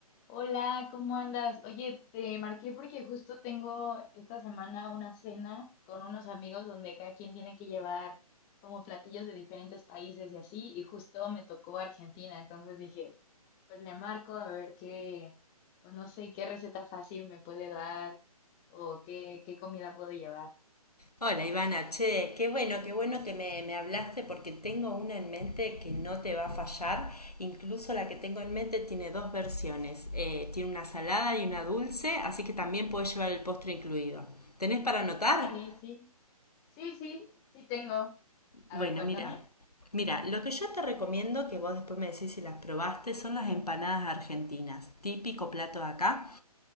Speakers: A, in the centre; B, on the left.
A: Hola, ¿cómo andas? Oye, te marqué porque justo tengo esta semana una cena con unos amigos donde cada quien tiene que llevar como platillos de diferentes países y así, y justo me tocó Argentina, entonces dije, pues le marco a ver qué, pues no sé qué receta fácil me puede dar o qué, qué comida puedo llevar.
B: Hola Ivana, che, qué bueno, qué bueno que me, me hablaste porque tengo una en mente que no te va a fallar. Incluso la que tengo en mente tiene dos versiones. Eh, tiene una salada y una dulce, así que también puedes llevar el postre incluido. ¿Tenés para anotar?
A: Vale, sí, sí, sí, sí tengo. A
B: Bueno,
A: ver, cuéntame.
B: mira. Mira, lo que yo te recomiendo, que vos después me decís si las probaste, son las empanadas argentinas, típico plato de acá.